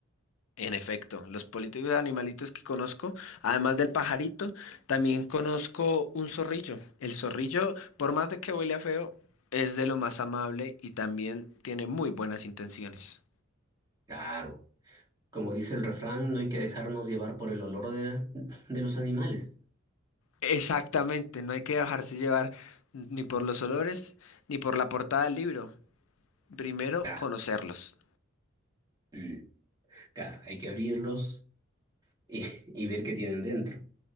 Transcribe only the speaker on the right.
Claro. Como dice el refrán, no hay que dejarnos llevar por el olor de, de los animales.
Claro.
Mm, claro, hay que abrirlos y, y ver qué tienen dentro.